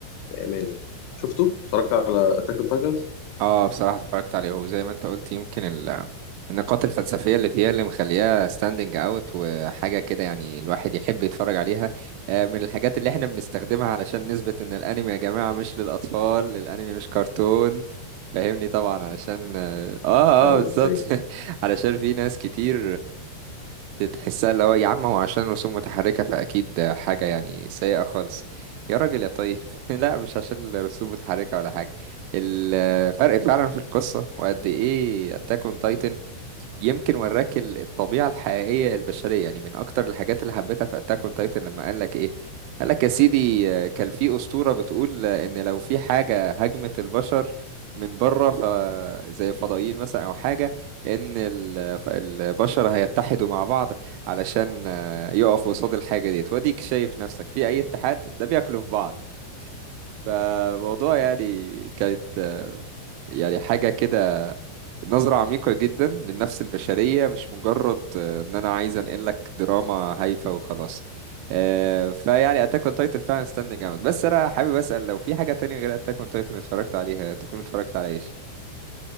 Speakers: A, on the left (about 80°); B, on the right (about 80°).
A: بأمانة شفته؟ اتفرجت على أتاك أون تايتنز؟
B: اه بصراحة اتفرجت عليه وزي ما انت قلت يمكن ال- النقاط الفلسفية اللي فيها اللي مخليها ستاندنج اوت وحاجة كده يعني الواحد يحب يتفرج عليها آه، من الحاجات اللي احنا بنستخدمها علشان نثبت ان الانمي يا جماعة مش للاطفال الانمي مش كرتون فاهمني طبعا علشان اه اه
A: ايوه
B: آه، بالظبط
A: ايوه
B: <laughs> علشان في ناس كتير تحسها اللي هو يا عم هو عشان رسوم متحركة فأكيد حاجة يعني سيئة خالص يا راجل يا طيب <laughs> لا مش عشان الرسوم متحركة ولا حاجة الفرق فعلا في القصة وقد إيه أتاك أون تايتن يمكن وراك ال- الطبيعة الحقيقية البشرية يعني من أكتر الحاجات اللي حبيتها في أتاك أون تايتن لما قال لك إيه قال لك يا سيدي آه، كان في أسطورة بتقول آه، إن لو في حاجة هاجمت البشر من بره ف زي الفضائيين مثلا أو حاجة إن ال- ف- البشر هيتحدوا مع بعض علشان آه، يقفوا قصاد الحاجة ديت وأديك شايف نفسك في أي اتحاد ده بياكلوا في بعض فموضوع يعني كانت آه، يعني حاجة كده نظرة عميقة جدا للنفس البشرية مش مجرد آه، إن أنا عايز أنقل لك دراما هايفة وخلاص آه، فيعني أتاك أون تايتن فعلا ستاندنج أوت بس أنا حابب أسأل لو في حاجة تانية غير أتاك أون تايتن اتفرجت عليها تكون اتفرجت على إيش؟